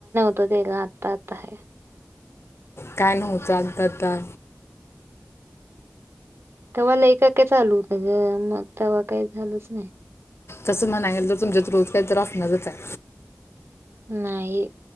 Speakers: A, on the right (about 55°); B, on the left (about 55°).
A: नाई गं आत्ता आता आहे.
B: काय नव्हतं आत्ता आत्ता.
A: तवा लई काय काय चालू होतं मग तेव्हा काही झालंच नाही.
B: तसं म्हणाय गेलं तर तुमच्यात रोज काय तर असणारचंयं.
A: नाही